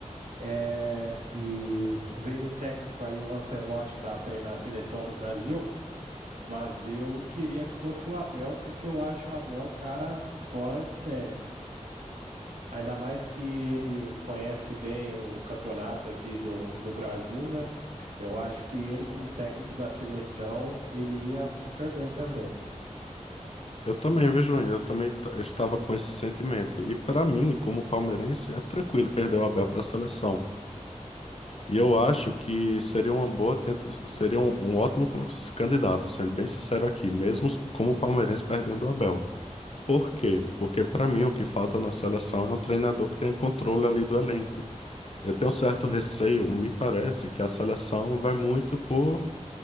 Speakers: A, on the right; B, on the left.
A: é, e veio o técnico aí, o Ancelotti, para treinar a seleção do Brasil, mas eu queria que fosse o Abel, porque eu acho o Abel um cara fora de série. Ainda mais que ele conhece bem o campeonato aqui do, do Brasil, né? Eu acho que ele, como técnico da seleção, ele iria super bem também.
B: Eu também, vejo Eu também t- eu estava com esse sentimento. E para mim, como palmeirense, é tranquilo perder o Abel para a seleção. E eu acho que seria uma boa, tenta- seria um, um ótimo con- candidato, sendo bem sincero aqui, mesmo s- como palmeirense perdendo o Abel. Por quê? Porque para mim o que falta na seleção é um treinador que tenha controle ali do elenco. Eu tenho certo receio, me parece que a seleção vai muito por